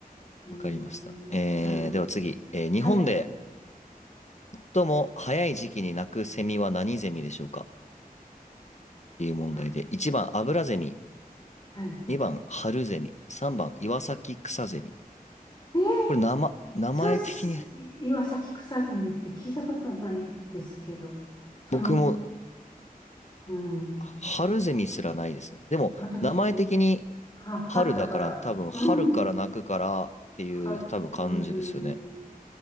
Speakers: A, on the left (about 30°); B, on the left (about 50°).
A: うん。
B: わかりました。えー、
A: はい。
B: では次。えー日本で
A: はい。
B: 最も早い時期に鳴くセミは何ゼミでしょうかっていう問題で。
A: あ、
B: 一番、アブラゼミ。
A: はい。
B: 2番、春ゼミ。3番、岩崎草ゼミ。
A: ねえー、
B: これ名前、名前的に、
A: それす、い岩崎草さみって聞いたことないんですけど、その、
B: 僕も
A: うん、
B: 春ゼミすらないですね。でも、
A: 私も、
B: 名前的に
A: は、春だから、
B: 春だから多分、春から泣くからっていう多分感じですよね。
A: うん、春、うん、